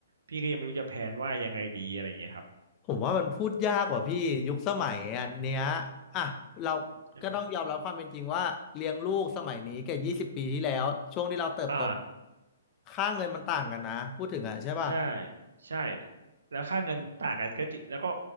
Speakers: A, on the right; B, on the left.
A: พี่ก็ยังไม่รู้จะแพลนว่ายังไงดีอะไรอย่างเงี้ยครับ
B: ผมว่ามันพูดยากกว่าพี่ยุคสมัยอันเนี้ยอ่ะเรา
A: ใช่ไหม
B: ก็ต้องยอมรับความเป็นจริงว่าเลี้ยงลูกสมัยนี้กับยี่สิบปีที่แล้วช่วงที่เราเติบโต
A: อ่า
B: ค่าเงินมันต่างกันนะพูดถึงอ่ะใช่ป่ะ
A: ใช่ใช่แล้วค่าเงินต่างกันก็จริงแล้วก็